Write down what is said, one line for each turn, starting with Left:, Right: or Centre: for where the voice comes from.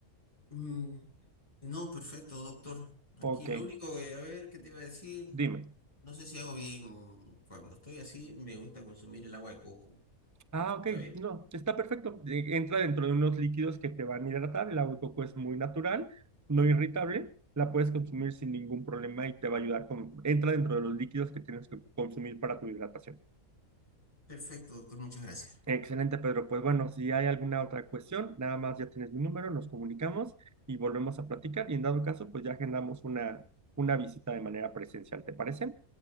Left: Mm, no, perfecto, doctor. Aquí
Right: Ok,
Left: lo único que, a ver, ¿qué te iba a decir?
Right: dime.
Left: No sé si hago bien mm, cuando estoy así, me gusta consumir el agua de coco.
Right: Ah, ok,
Left: ¿Está bien?
Right: no, está perfecto. Eh, Entra dentro de unos líquidos que te van a hidratar. El agua de coco es muy natural, no irritable. La puedes consumir sin ningún problema y te va a ayudar con... Entra dentro de los líquidos que tienes que consumir para tu hidratación.
Left: Perfecto, doctor, muchas gracias.
Right: Excelente, Pedro. Pues bueno, si hay alguna otra cuestión, nada más ya tienes mi número, nos comunicamos y volvemos a platicar. Y en dado caso, pues ya agendamos una, una visita de manera presencial, ¿te parece?